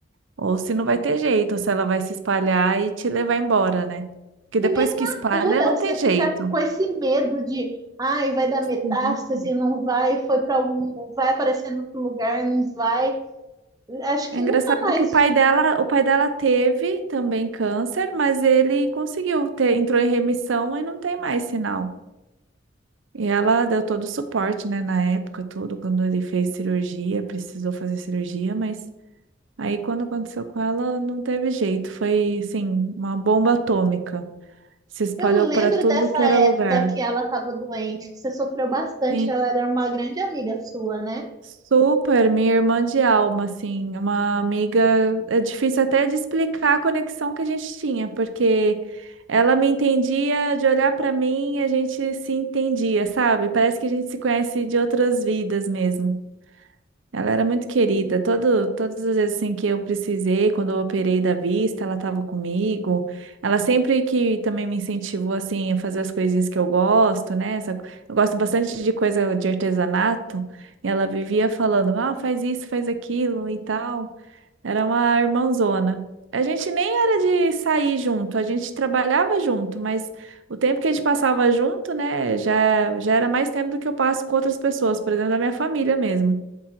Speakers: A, on the right; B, on the right.
A: ou se não vai ter jeito, ou se ela vai se espalhar e te levar embora, né? Porque depois
B: e mesmo
A: que
B: a
A: espalha,
B: cura,
A: não
B: você
A: tem
B: fica
A: jeito.
B: com esse medo de, ai, vai dar metástase,
A: Sim.
B: não vai, foi para algum, vai aparecer em outro lugar, não vai. Acho
A: É
B: que
A: engraçado
B: nunca mais
A: que o pai dela, o pai dela teve também câncer, mas ele conseguiu ter, entrou em remissão e não tem mais sinal. E ela deu todo o suporte, né, na época, tudo, quando ele fez cirurgia, precisou fazer cirurgia, mas aí quando aconteceu com ela, não teve jeito, foi, assim, uma bomba atômica. Se espalhou
B: Eu lembro
A: para tudo
B: dessa
A: que era
B: época
A: lugar.
B: que ela estava doente, que você sofreu bastante,
A: Sim,
B: ela era uma grande amiga sua, né?
A: super, minha irmã de alma, assim, uma amiga, é difícil até de explicar a conexão que a gente tinha, porque ela me entendia de olhar para mim, a gente se entendia, sabe? Parece que a gente se conhece de outras vidas mesmo. Ela era muito querida. Todo, todas as vezes assim, que eu precisei, quando eu operei da vista, ela estava comigo. Ela sempre que também me incentivou assim, a fazer as coisinhas que eu gosto, né? Essa- eu gosto bastante de coisa de artesanato. E ela vivia falando, ah, faz isso, faz aquilo e tal. Era uma irmãzona. A gente nem era de sair junto, a gente trabalhava junto, mas o tempo que a gente passava junto, né, já, já era mais tempo do que eu passo com outras pessoas, por exemplo, da minha família mesmo